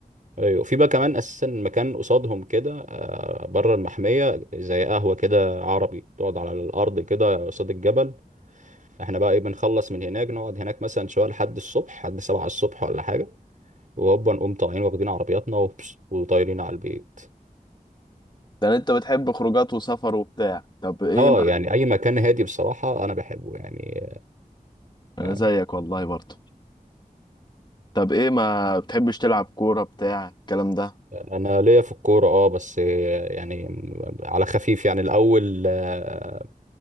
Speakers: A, on the right; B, on the left.
A: ايوه في بقى كمان اساسا مكان قصادهم كده آه، بره المحميه زي قهوه كده عربي تقعد على الارض كده قصاد الجبل احنا بقى ايه بنخلص من هناك نقعد هناك مثلا شويه لحد الصبح لحد سبعة الصبح ولا حاجه وهوبا نقوم طالعين واخدين عربياتنا وبس، وطايرين على البيت
B: يعني انت بتحب خروجات وسفر وبتاع طب ايه
A: اه
B: ما
A: يعني اي مكان هادي بصراحه انا بحبه يعني
B: انا
A: آه،
B: زيك والله برضه طب ايه ما بتحبش تلعب كوره بتاع الكلام ده
A: انا ليا في الكوره اه بس يعني على خفيف يعني الاول آه،